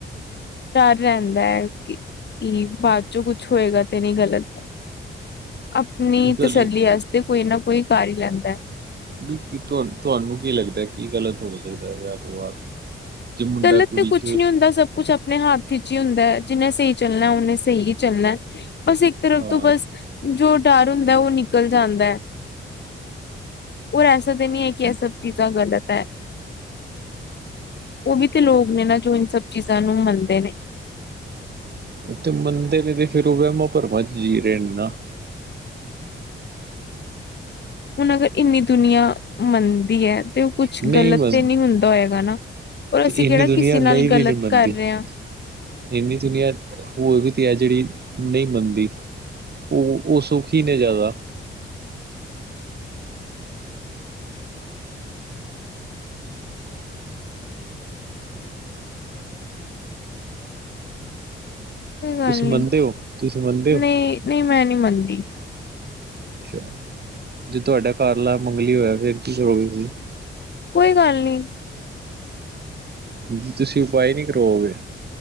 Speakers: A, on the left (about 55°); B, on the right (about 50°).
A: ਚ ਰਹਿੰਦਾ ਕੀ ਬਾਅਦ ਚੋਂ ਕੁਛ ਹੋਏਗਾ ਤੇ ਨਹੀਂ ਗਲਤ ਅਪ ਨੀਂਹ
B: ਗੱਲ
A: ਤਸੱਲੀ ਆਸਤੇ ਕੋਈ ਨਾ ਕੋਈ ਕਰ ਹੀ ਲੈਂਦਾ ਹੈ।
B: ਵੀ ਤੁਹਾਨੂੰ ਤੁਹਾਨੂੰ ਕੀ ਲੱਗਦਾ ਕੀ ਗਲਤ ਹੋ ਸਕਦਾ ਵਿਆਹ ਤੋਂ ਬਾਅਦ? ਜੇ ਮੁੰਡਾ
A: ਗਲਤ
B: ਕੁੜੀ
A: ਤੇ ਕੁਛ
B: ਚ
A: ਨੀ ਹੁੰਦਾ ਸਭ ਕੁਛ ਆਪ ਆਪਣੇ ਹੱਥ ਚ ਹੀ ਹੁੰਦਾ ਜਿੰਨੇ ਸਹੀ ਚੱਲਣਾ, ਉਹਨੇ ਸਹੀ ਹੀ ਚੱਲਣਾ। ਬਸ ਇੱਕ ਤਰਫ
B: ਹਾਂ
A: ਤੂੰ ਬਸ ਜੋ ਡਰ ਹੁੰਦਾ ਉਹ ਨਿਕਲ ਜਾਂਦਾ, ਔਰ ਐਸਾ ਤਾਂ ਨੀ ਹੈ ਕਿ ਇਹ ਸਭ ਚੀਜ਼ਾਂ ਗਲਤ ਹੈ। ਉਹ ਵੀ ਤੇ ਲੋਕ ਨੇ ਨਾ ਜੋ ਇਨ ਸਭ ਚੀਜ਼ਾਂ ਨੂੰ ਮੰਨਦੇ ਨੇ।
B: ਉਥੇ ਮੰਦੇ ਨੇ ਤੇ ਫਿਰ ਉਹ ਵਹਿਮਾਂ ਭਰਮਾਂ ਚ ਜੀ ਰਹੇ ਨੇ ਨਾ।
A: ਹੁਣ ਅਗਰ ਇੰਨੀ ਦੁਨੀਆਂ ਮੰਨਦੀ ਹੈ। ਤੇ ਉਹ ਕੁਛ
B: ਨਹੀਂ
A: ਗਲਤ
B: ਬਸ
A: ਤੇ ਨਹੀਂ ਹੁੰਦਾ ਹੋਏਗਾ ਨਾ ਔਰ ਅਸੀਂ
B: ਇਹਨੀ
A: ਕਿਹੜਾ
B: ਦੁਨੀਆ
A: ਕਿਸੇ ਨਾਲ
B: ਨਹੀਂ ਵੀ
A: ਗਲਤ
B: ਨਹੀਂ ਮੰਨਦੀ
A: ਕਰ
B: ਤੇ
A: ਰਹੇ ਹਾਂ
B: ਇਨੀ ਦੁਨੀਆਂ ਬੋਲਦੀ ਤਾ ਹੈ ਜਿਹੜੀ ਨਹੀਂ ਮੰਨਦੀ ਉਹ ਉਹ ਸੁਖੀ ਹੀ ਨੇ ਜ਼ਿਆਦਾ।
A: ਕੋਈ ਗੱਲ
B: ਤੁਸੀਂ
A: ਨੀ
B: ਮੰਨਦੇ ਹੋ ਤੁਸੀਂ ਮੰਨਦੇ ਹੋ
A: ਨਹੀਂ ਨਹੀਂ ਮੈਂ ਨਹੀਂ ਮੰਨਦੀ।
B: ਅੱਛਾ ਜੇ ਤੁਹਾਡਾ ਘਰਵਾਲਾ ਮੰਗਲੀ ਹੋਇਆ ਫਿਰ ਕੀ ਕਰੋਗੇ ਤੁਸੀਂ।
A: ਕੋਈ ਗੱਲ ਨੀ।
B: ਜ ਤੁਸੀਂ ਉਪਾਅ ਨਹੀਂ ਕਰਵਾਓਗੇ।